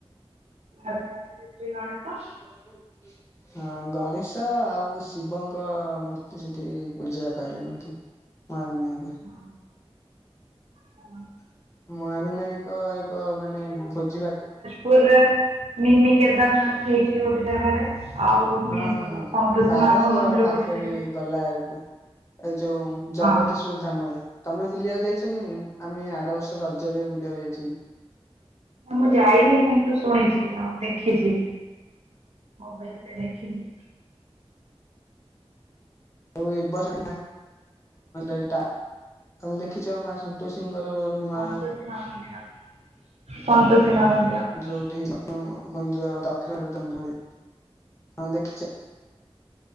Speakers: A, on the right; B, on the left.
A: <unintelligible>
B: କଣଚୁ ହଁ ଗଣେଶ ଆଉ ଶିବଙ୍କ ମୂର୍ତ୍ତି ସେଠି ପୂଜା ପାଇଁ ଏତି। ମୁଁ ଆଡେ ନାଇଁ କରି
A: ହ ହଁ।
B: ମହାବିନାୟକ ଏକ ମାନେ ଭୋଜି ଭାତ
A: ପୁରରେ ମିନି କେଦାରନାଥ ହେଇଛି ଗୋଟେ ଜାଗାରେ ଆଉ ମି-
B: ହଁ
A: ଯୋଉ
B: ହଁ
A: ସନ୍ତୋଷୀ
B: ବାରଙ୍ଗ
A: ମାଙ୍କ ମନ୍ଦିର
B: ପାଖରେ
A: ଗୋଟେ ଜାଗାରେ ହେଇଛି
B: ଗଲା ଆଳକୁ। ଏଇ ଯୋଉ ଜଗତ
A: ହଁ
B: ସୁଧାମରେ, ତମେ ବୁଲିବାକୁ ଯାଇଛ କି ନାଇଁ ଆମେ ଆର ବର୍ଷ ରଜରେ ବୁଲିବାକୁ ଯାଇଥିଲୁ।
A: ନା ମୁଁ ଯାଇନି କିନ୍ତୁ ଶୁଣିଛି ଆଉ ଦେଖିଛି, ମୋବାଇଲରେ ଦେଖିଛି।
B: ଆଉ ଏ ବର୍ଷ ଏଇଟା ତମେ ଦେଖିଛ ମା ସନ୍ତୋଷୀଙ୍କର ନୂଆ
A: ସନ୍ତୋଷୀ ମା ମନ୍ଦିର ସନ୍ତୋଷୀ ମା ମନ୍ଦିର ନା,
B: ଯୋଉଟି ଯେଉଁ ମନ୍ଦିର ଦକ୍ଷିଣରେ ଜନ୍ଦ ହେଇ ତମେ ଦେଖିଛ?